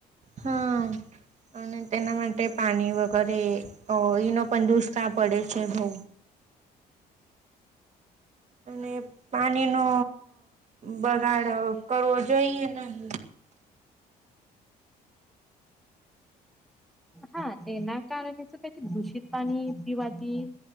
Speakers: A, on the right (about 45°); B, in the centre.
A: હા. અને તેના માટે પાણી વગેરે એનો પણ દુષ્કાળ પડે છે બઉ. અને પાણીનો બગાડ કરવો જોઈએ નહી.
B: હા તેના કારણે તો પ દૂષિત પાણી પીવાતી